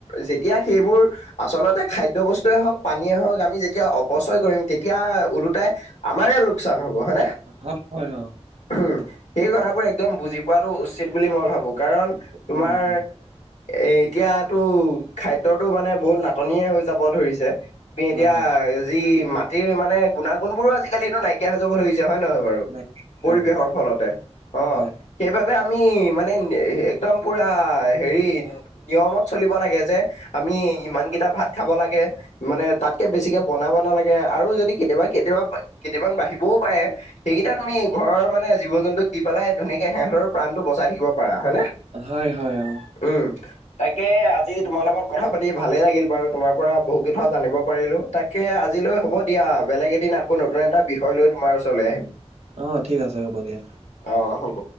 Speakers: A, on the left (about 80°); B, on the right (about 70°).
A: যেতিয়া সেইবোৰ আচলতে খাদ্য বস্তুৱে হওক পানীয়েই হওক আমি যেতিয়া অপচয় কৰিম তেতিয়া ওলোতাই আমাৰে লোকচান হ'ব হয়নে?
B: হয় হয় অ।
A: উম সেই কথাবোৰ একদম বুজি পোৱাটো উচিত বুলি মই ভাবো। কাৰণ তোমাৰ
B: উম উম,
A: এ এতিয়াতো খাদ্যতো মানে বহুত নাটনিয়ে হৈ যাব ধৰিছে। এতিয়া
B: হয় হয়
A: যি মাটিৰ মানে গুণাগুণ বোৰো আজিকালি এইটো নাইকিয়া হৈ যাব ধৰিছ- তিয়া হয় নহয় বাৰু
B: নাই
A: পৰিৱেশৰ
B: অ
A: ফলতে অ
B: হয়
A: সেইবাবে আমি মানে একদম পুৰা হেৰি নিয়মত চলিব লাগে যে আমি ইমান কেইটা ভাত খাব লাগে। মানে তাতকে বেছিকে বনাব নালাগে আৰু যদি কেতিয়াবা কেতিয়াবা কেতিয়াবা বাঢ়িবও পাৰে। সেইকেইটা তুমি ঘৰৰ মানে জীৱ জন্তুক দি পেলাই ধুনীয়াকে সেহঁৰ প্ৰাণটো বচাই থাকিব পাৰা হয় নে?
B: হয় হয় অ।
A: উম। তাকে আজি তোমাৰ লগত কথা পাতি ভালে লাগিল বাৰু তোমাৰ পৰা বহু কেইটাও জানিব পাৰিলো। তাকে আজিলৈ হ'ব দিয়া বেলেগ এদিন আকৌ নতুন এটা বিষয় লৈ তোমাৰ ওচৰলৈ আহিম।
B: অ, ঠিক আছে হ'ব দিয়া।
A: আহ হ'ব।